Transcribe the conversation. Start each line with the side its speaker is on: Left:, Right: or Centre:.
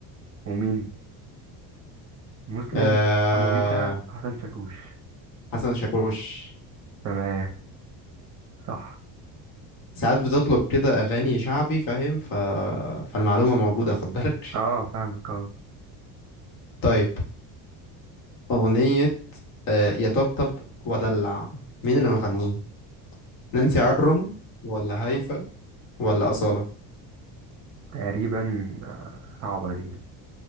Right: ومين مسلم
Left: آه...
Right: حمو بيكا حسن شاكوش
Left: حسن شاكوش
Right: تمام صح
Left: ساعات بتطلب كده اغاني شعبي فاهم ف... فالمعلومه موجوده خد بالك
Right: اه فاهمك اه
Left: طيب اغنيه آه، يطبطب ودلع مين اللي مغنيها نانسي عجرم ولا هيفا ولا أصالة
Right: تقريبا آه، صعبة دي